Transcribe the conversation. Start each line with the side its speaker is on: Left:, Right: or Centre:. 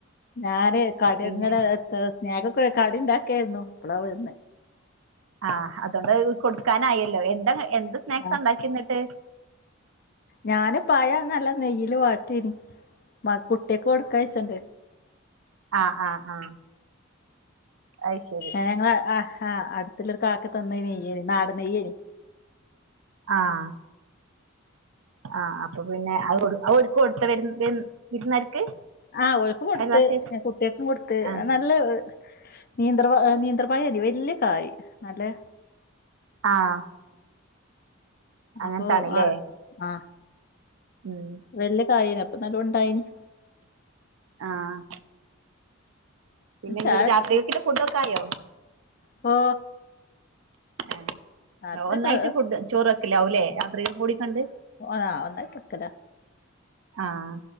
Left: ഞാന് കടങ്ങനെ
Right: പിന്നെ
Left: സ്നാക്ക് ഒക്കെ കട ഉണ്ടാക്കിയാരുന്നു അപ്പളാ വരുന്ന
Right: ആഹ് അതുകൊണ്ട് കൊടുക്കാനായല്ലോ എന്താ എന്ത് സ്നാക്സ്
Left: ആ
Right: ണ്ടാക്കിന്നിട്ട്?
Left: ഞാന് പയ നല്ല നെയ്യില് വാട്ടിനി മ കുട്ടിയക്ക് കൊടുക്കായച്ചണ്ട്
Right: ആ ആഹ് ആ അഹ്
Left: ഏ ഞങ്ങള ആ ആ ഹാ അടുത്തുള്ളൊരു കാക്ക തന്ന നെയ്യനിം നാടൻ നെയ്യനി.
Right: ആഹ ആ അപ്പൊ പിന്നെ അവർക്ക് കൊടുത്ത വ വിരുന്നാർക്ക്
Left: ആ ഓല്ക് ക്കൊടുത്ത്
Right: അയൽവാസികൾക്ക്
Left: കുട്ട്യാക്കും കൊടുത്ത്
Right: ആഹ്
Left: നല്ല നീന്ത്രപ നീന്ത്രപയേനി വല്യ കായ് നല്ലേ
Right: ആ അങ്ങനത്താണ്ല്ലേ
Left: അപ്പൊ ആ ആ
Right: ഉം
Left: വല്ല കായേനി അപ്പൊ നല്ലോണ്ടായിനി
Right: ആഹ് പിന്നെ
Left: ചായ
Right: ങ്ങൾ
Left: കുടിച്ചു
Right: രാത്രികക്കിള്ളെ ഫുഡ് ഒക്കായോ?
Left: ഓ
Right: ഏ
Left: അത്രക്കെ
Right: ഒന്നായിട്ട് ഫുഡ് ചോറ് വക്കലാവൂ ല്ലേ രാത്രിക്കെ കൂടി കണ്ട്
Left: ഓതാ ഒന്നായിട്ട് വക്കല
Right: ആഹ്